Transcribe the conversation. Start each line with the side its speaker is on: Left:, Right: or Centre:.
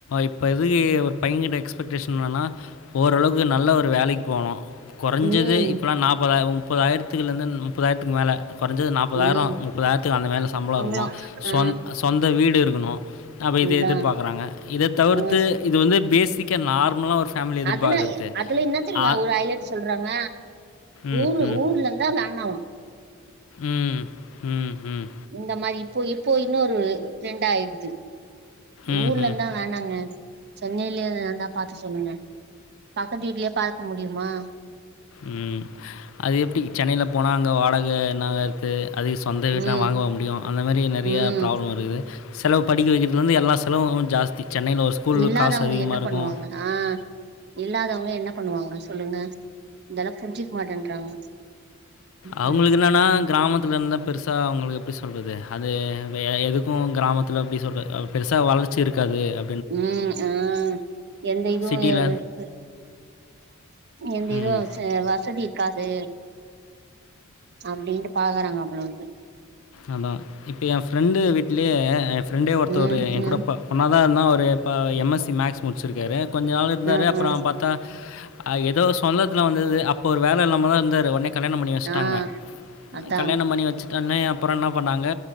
Left: இப்ப இதுகு ஒரு பையங்கிட்ட எக்ஸ்பெக்டேஷன் என்னன்னா ஓரளவ்க்கு நல்ல ஒரு வேலைக் போனு கொறஞ்சது
Right: ம்
Left: இப்பலா நாப்பதாய முப்பதாயிரத்துக்குல்லந்தன் முப்பதாயிரத்துக்கு மேல கொறஞ்சது நாப்பதாயிரொ
Right: ம்
Left: முப்பதாயிரத்துக்கு அந்த மேல சம்பள
Right: சம்பளோ
Left: இருக்கனு சொந்
Right: ஆ
Left: சொந்த வீடு இருக்கனு அப்ப இத
Right: அதா
Left: எதிர்பாக்குறாங்க இத தவிர்த்து
Right: ஆ
Left: இது வந்து பேசிக்க நார்மலா ஒரு ஃபேமிலி எதிர்பார்க்குறது.
Right: அதுல அதுல இன்னா தெரிமா
Left: ஆ
Right: ஒரு ஐலட்டு சொல்றாங்க
Left: ம்,
Right: ஊரு
Left: ம்.
Right: ஊர்ல இந்தா வேணாவா
Left: ம் ம் ஹும்
Right: இந்த மாரி இப்போ இப்போ இன்னொரு ட்ரெண்ட் ஆயிர்து
Left: ம்,
Right: ஊர்ல
Left: ம்.
Right: இந்தா வேணாங்க சென்னையிலே எதுனாந்தா பாத்து சொல்லுங்க பக்கத்து வீட்லயே பாக்க முடியுமா?
Left: ம் அது எப்டி சென்னைல போனா அங்க வாடக என்னா எ து அதுக்கு சொந்த வீட்னா
Right: ம்
Left: வாங்கவா முடியு அந்த மாரி நெறைய
Right: ம்
Left: ப்ராப்ளம் இருக்குது செலவு படிக்க வக்கிறதுலெந்து எல்லா செலவு ஆவு ஜாஸ்தி சென்னைல ஒரு ஸ்கூல்லு
Right: இல்லாதவங்க
Left: காசு அதிகமாக
Right: என்ன
Left: இருக்கு
Right: பண்ணுவாங்க ஆ இல்லாதவுங்க என்ன பண்ணுவாங்க சொல்லுங்க இதெல்லா புரிஞ்சிக் மாட்டேன்றாங்க ம்
Left: அவுங்ளுக்கு இன்னானா கிராமத்துலெந்தா பெருசா அவுங்களு எப்டி சொல்றது அது வே எ எதுக்கு கிராமத்துல அப்டி சொல்ற அ பெருசா வளர்ச்சி இருக்காது அ
Right: ம் ஆ எந்த இதுவு
Left: சிட்டில
Right: எருக்கு எந்த
Left: ம்,
Right: இதுவு <unintelligible> ஆ வசதி இருக்காது அப்டின்ட்டு பாக்குறாங்க போலருக்கு
Left: அதா இப்ப எ ஃப்ரெண்டு வீட்லயே எ ஃப்ரெண்டே ஒருத்தவரு
Right: ம்
Left: எ
Right: ம் ம்
Left: கூடப் ப ஒன்னா தா இருந்தோ அவரு இப்ப எம் எஸ் சி மேக்ஸ் முடிச்சுருக்காரு கொஞ்ச நாள் இருந்தாரு
Right: ஆ
Left: அப்றோ
Right: ஆ
Left: பாத்தா அ ஏதோ சொந்தத்துல வந்தது அப்ப ஒரு வேல இல்லாமதா இருந்தாரு ஒன்னே கல்யாணம் பண்ணி வச்ட்டாங்க
Right: ஆ அதா
Left: கல்யாணம் பண்ணி வச்சுட்டோன்னே என்ன பண்ணாங்க